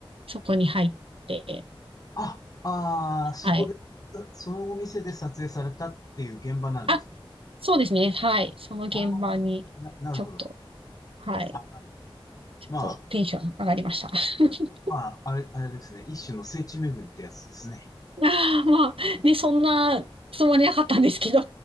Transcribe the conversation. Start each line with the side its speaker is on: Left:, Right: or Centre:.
Right: そこに入って、
Left: あ、ああ、そこで、
Right: はい。
Left: そのお店で撮影されたっていう現場なんですか。
Right: あ、そうですね。はい。その現場に、
Left: ああ、な、なるほど。
Right: ちょっと、はい。
Left: あ、
Right: ちょっとテンション上がりました。
Left: まあ、
Right: <laughs>
Left: まあ、あれ、あれですね。一種の聖地巡りってやつですね。
Right: <laughs> いやーまあ、ね、そんなつもりなかったんですけど。